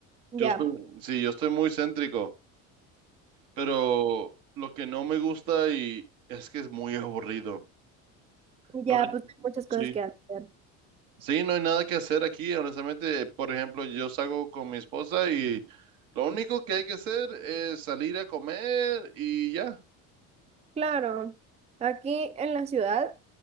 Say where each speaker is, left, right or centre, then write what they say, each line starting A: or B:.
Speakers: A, on the right (about 20°); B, on the right (about 70°).
A: Ya,
B: Yo estoy, sí, yo estoy muy céntrico, pero lo que no me gusta y es que es muy aburrido. No
A: ya,
B: hay-
A: pues hay muchas cosas
B: sí.
A: que hacer.
B: Sí, no hay nada que hacer aquí, honestamente. Por ejemplo, yo salgo con mi esposa y lo único que hay que hacer es salir a comer y ya.
A: Claro, aquí en la ciudad,